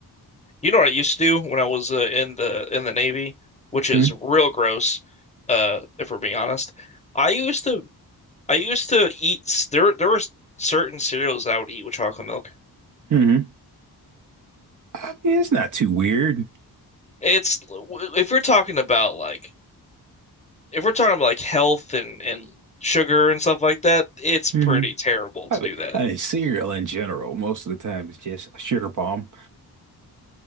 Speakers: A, on the left; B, on the right.
A: You know what I used to do when I was uh, in the in the Navy, which is
B: Mm-hmm.
A: real gross, uh, if we're being honest. I used to I used to eat there. There were certain cereals I would eat with chocolate milk.
B: Mm-hmm. I mean, it's not too weird.
A: It's if we're talking about like if we're talking about like health and and sugar and stuff like that, it's pretty
B: Mm-hmm.
A: terrible
B: I
A: to
B: mean,
A: do that.
B: I mean, cereal in general, most of the time it's just a sugar bomb.